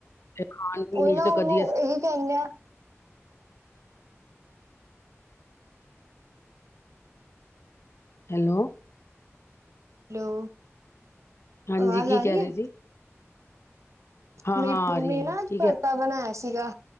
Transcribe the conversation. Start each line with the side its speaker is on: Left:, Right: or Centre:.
Left: ਤੇ ਖਾਣ ਪੀਣ
Right: ਓਹੀ
Left: ਵਿੱਚ
Right: ਨਾ
Left: ਤਾਂ
Right: ਓਨੂੰ
Left: ਕਦੀ ਅਸ
Right: ਇਹੀ ਕੈਨੇ ਆ
Left: ਹੈਲੋ।
Right: ਹੈਲੋ।
Left: ਹਾਂਜੀ,
Right: ਆਵਾਜ਼
Left: ਕੀ
Right: ਆ ਰਹੀ
Left: ਕੈ ਰੇ
Right: ਹੈ।
Left: ਸੀ। ਹਾਂ
Right: ਮੇਰੀ
Left: ਹਾਂ
Right: ਮੰਮੀ
Left: ਆ ਰਹੀ
Right: ਨਾ
Left: ਹੈ
Right: ਆੱਜ
Left: ਕੀ ਕਹਿ
Right: ਭੜਤਾ ਬਣਾਇਆ ਸੀਗਾ,